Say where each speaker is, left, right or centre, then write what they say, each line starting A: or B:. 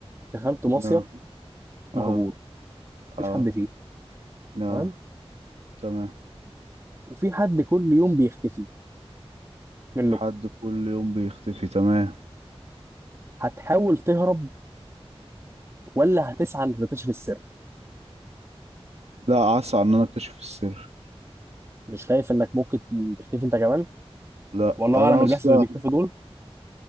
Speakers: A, on the right; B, on the right.
A: دخلتوا مصيف
B: لا
A: مهجور
B: اه اه
A: مفيش حد فيه
B: لا
A: تمام
B: تمام
A: وفي حد كل يوم بيختفي منكم
B: حد كل يوم بيختفي تمام
A: هتحاول تهرب ولا هتسعى انك تكتشف السر
B: لا اسعى ان انا اكتشف السر
A: مش خايف انك ممكن تختفي انت كمان
B: لا
A: والله
B: انا
A: اعلم اللي
B: اصلا
A: بيحصل اللي بيختفي دول